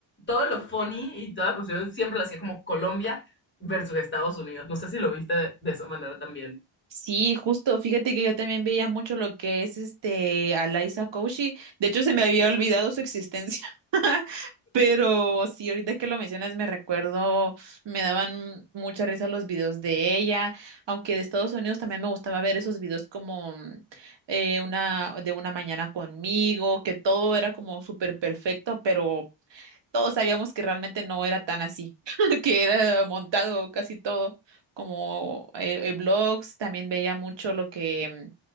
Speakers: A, on the left; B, on the right.
A: todo lo funny y toda la cuestión siempre lo hacía como Colombia versus Estados Unidos. No sé si lo viste de, de esa manera también.
B: Sí, justo, fíjate que yo también veía mucho lo que es este Alaisa Koushi. De hecho, se me había olvidado su existencia. <laughs> Pero sí, ahorita que lo mencionas, me recuerdo, me daban mucha risa los videos de ella, aunque de Estados Unidos también me gustaba ver esos videos como mm, eh, una de una mañana conmigo, que todo era como súper perfecto, pero todos sabíamos que realmente no era tan así, <laughs> que era montado casi todo, como eh, eh, blogs, también veía mucho lo que